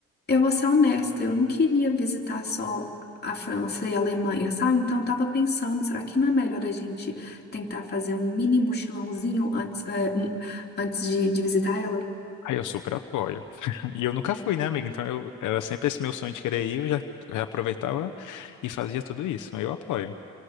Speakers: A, on the left; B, on the left.
A: Eu vou ser honesta, eu não queria visitar só a França e a Alemanha, sabe? Então eu tava pensando, será que não é melhor a gente tentar fazer um mini mochilãozinho antes, eh, antes de, de visitar ela?
B: Aí eu super apoio. <laughs> E eu nunca fui, né, amiga? Então eu era sempre esse meu sonho de querer ir, eu já, já aproveitava e fazia tudo isso. Eu apoio.